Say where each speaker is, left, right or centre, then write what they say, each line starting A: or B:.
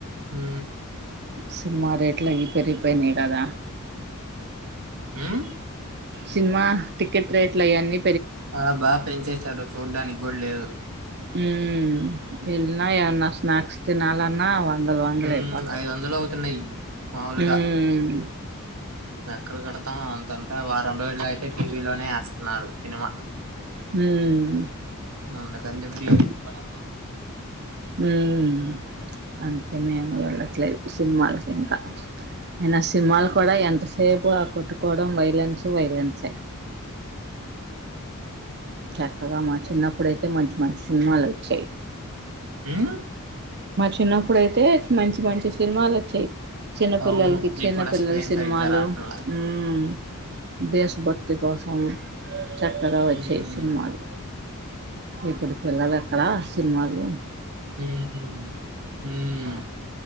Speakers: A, on the right; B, on the right.
A: మ్
B: సినిమా రేట్లవి పెరిగిపోయినాయి కదా
A: మ్
B: సినిమా టికెట్ రేట్లయన్ని
A: ఆ బాగా పెంచేేశారు చూడ్డానికి కూడా లేదు
B: మ్ మీయున్న ఎమ్మన స్ స్నాక్స్ తినాలన్న వందలు వందలైపోతయ్
A: మ్ ఐదు వందలు అవుతున్నాయి మాములుగా
B: హు మ్
A: ఎక్కడ కడుతాం అంతంతా వారం రోజులు అగితే టీవీలోనే ఎస్తున్నారు సినిమా
B: హు మ్
A: అందుకని చెప్పి <unintelligible> కూడా మానేసామ్
B: మ్ అందుకే మేము వెళ్ళట్లేదు సినిమాలకింకా అయినా ఆ సినిమాలు కూడా ఎంత సేపు ఆ కొట్టుకోవడం వైలెన్సు వైలెన్సే చక్కగా మా చిన్నప్పుడైతే మంచి మంచి సినిమాలొచ్చేయ్
A: మ్మ్
B: తిన్నప్పుడైతే మంచి మంచి సినిమాలోచ్చేయ్ చిన్నపిల్లల్కి
A: అవును
B: చిన్నపిల్లల్
A: ఇప్పుడు అసలు ఏం
B: సిన్మాలు
A: సరిగ్గా రావట్లా
B: మ్ దేశభక్తి కోసం చక్కగా వచ్చేయ్
A: ఉమ్
B: సిన్మాలు ఇప్పుడు పిల్లలేక్కల సిన్మాలు
A: మ్ హు మ్